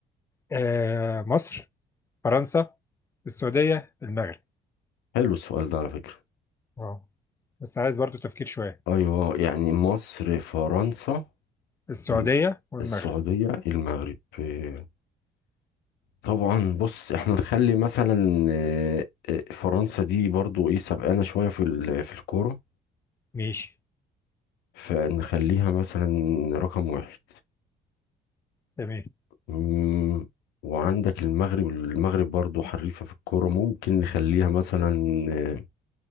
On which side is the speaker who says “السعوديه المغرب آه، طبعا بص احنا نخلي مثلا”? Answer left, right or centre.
Left